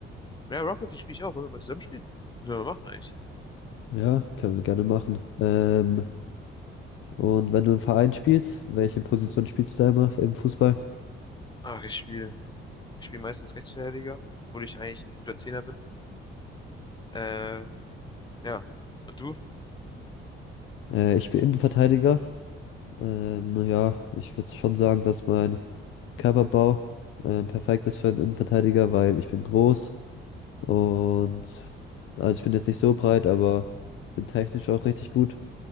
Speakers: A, on the left; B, on the left.
A: ja, Rocket League spiele ich auch. Wollen wir mal zusammen spielen? Was sollen wir machen eigentlich?
B: Ja, können wir gerne machen. Ähm, und wenn du im Verein spielst, welche Position spielst du da immer im Fußball?
A: Ach, ich spiele. Ich spiele meistens Rechtsverteidiger, obwohl ich eigentlich ein guter Zehner bin. Äh, ja. Und du?
B: Äh, ich bin Innenverteidiger. Ähm, ja, ich würde schon sagen, dass mein Körperbau äh, perfekt ist für einen Innenverteidiger, weil ich bin groß und also ich bin jetzt nicht so breit, aber bin technisch auch richtig gut.